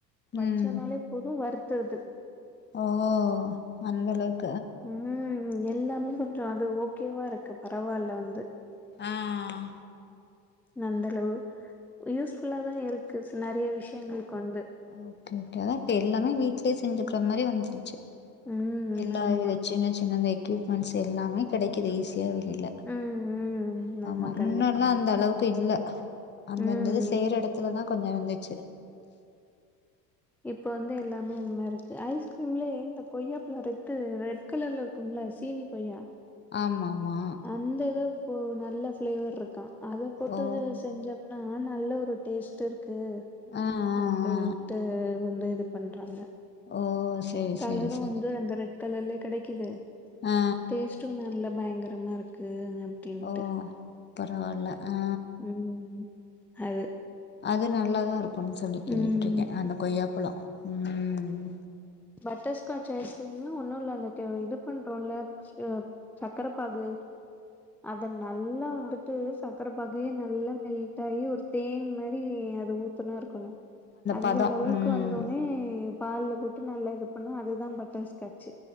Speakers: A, in the centre; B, on the left.
A: வச்சானால
B: ம்
A: போதூ வருத்துடுது
B: ஓ அந்தளவுக்
A: ம் எல்லாமே சொல்றாங்க அது ஓகேவா இருக்கு பரவால்ல வந்து
B: ஆ
A: நல்லரூ யூஸ் ஃபுல்லா தா இருக்கு நெறய விஷயங்களுக்கு வந்து
B: ஓகே ஓகே தெர்லேனா வீடலேயே செஞ்சுக்கிற மாதிரி வந்துருச்சு
A: ம்
B: எல்லா
A: ஆமா
B: வித சின்ன சின்ன அந்த எக்யூப்மெண்ட்ஸ் எல்லாமே கெடைக்குது ஈஸியா வெளியில
A: ம் ம்
B: ஆமா முன்னட்லா
A: கண்டிப்பா
B: அந்த அளவுக்கு இல்ல அந்தந்தது
A: ம்
B: செயற
A: இல்
B: ‌எடத் இத்துல தா கொஞ்சொ வந்துச்சு
A: இப்ப வந்து எல்லாமே அந் மாதிரி இருக்கு ஐஸ்கிரீம்லயே இந்த கொய்யாப்புள ‌எட்த்து ரெட் ரெட் கலர்ல இருக்கும்ல்ல சீனி கொய்யா
B: ஆமாமா
A: அந்த இதூ போ நல்ல ஃளேவர் இருக்கா அதை போட்டு
B: ஓ
A: செஞ்ச னா நல்ல ஒரு டேஸ்ட் இருக்கு
B: ஆ ஆ
A: அப்படின்ட்டு
B: ஆ
A: வந்து இது பண்றாங்க
B: ஓ சேரி
A: கலரூ
B: சேரி சேரி
A: வந்து அந்த ரெட் கலர்லே கிடைக்குது
B: ஆ
A: டேஸ்ட்டூ நல்ல பயங்கரமா இருக்கு ன்ட்டு
B: ஓ பரவால்ல ஆ
A: ம் அது
B: அது நல்லாதா இருக்கும்ன்னு சொல்லி கேள்விப்பட்ருக்கே
A: ம்
B: அந்த கொய்யாப்பழோ ம்
A: பட்டர் ஸ்காட்ச் ஐஸ்கிரீம்ன்ன ஒன்னூ இல்ல அந்த இது பண்றோம்ல இது சக்கர பாகு ‌அத நல்லா வந்து விட்டு சக்கர பாகு நல்லா மெல்ட் ஆயி ஒரு தேன் மாரி அது ஊத்துனா இருக்கணோ அந்த
B: பதோ
A: லெவலுக்கு
B: ம்
A: வந்தவுட்னே பால்ல போட்டு நல்லா இது பண்ணா அதுதான் பட்டர் ஸ்காட்சு